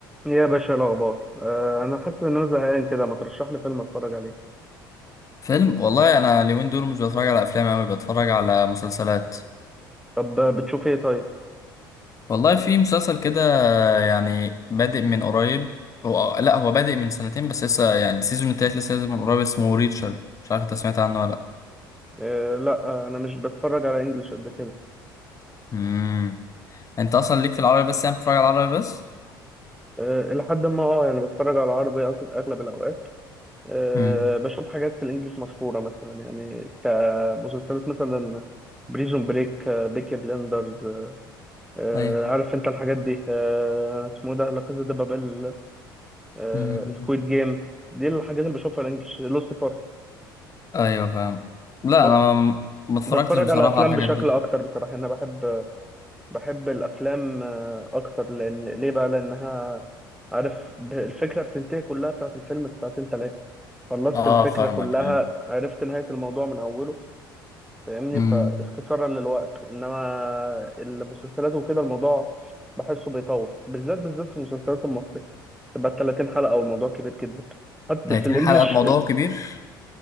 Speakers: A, in the centre; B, on the left.
A: يا باشا إيه الاخبار آه انا حاسس ان انا زهقان كده ما ترشح لي فيلم اتفرج عليه
B: فيلم والله انا اليومين دول مش بتفرج على افلام اوي بتفرج على مسلسلات
A: طب آه، بتشوف ايه طيب
B: والله في مسلسل كده يعني بادئ من قريب هو لا هو بادئ من سنتين بس لسه يعني السيزون التالت لسه نازل من قريب اسمه ريتشر مش عارف انت سمعت عنه ولا لا
A: آه لا آه، انا مش بتفرج على انجليش قد كده
B: امم انت اصلا ليك في العربي بس يعني بتتفرج على العربي بس
A: آه الى حد ما اه يعني بتفرج على عربي أك- اغلب الاوقات آه
B: امم
A: بشوف حاجات في الانجليش مشهوره مثلا يعني كمسلسلات مثلا بريزون بريك آه بيكي بلندرز آه آه،
B: ايوه
A: عارف انت الحاجات دي آه اسمه إيه ده لا كازا دي بابيل آه
B: امم
A: سكويد جيم دي الحاجات اللي بشوفها الانجليش لوسيفر
B: ايوه فاهم لا
A: بس
B: انا ما ما اتفرجتش
A: بتفرج
B: بصراحة
A: على افلام
B: على الحاجات
A: بشكل
B: دي
A: اكتر بصراحه انا بحب بحب الافلام آه، اكتر لان ليه بقى لانها عارف ب- الفكره بتنتهي كلها بتاعت الفيلم في ساعتين ثلاثه خلصت
B: اه
A: الفكره
B: فاهمك
A: كلها
B: ايوه
A: عرفت نهايه الموضوع من اوله فاهمني
B: امم
A: فاختصارا للوقت انما المسلسلات وكده الموضوع بحسه بيطول بالذات بالذات في المسلسلات المصريه تبقى 30 حلقه والموضوع كبير جدا حت- بس
B: 30
A: الانجليش
B: حلقة الموضوع
A: ال-
B: كبير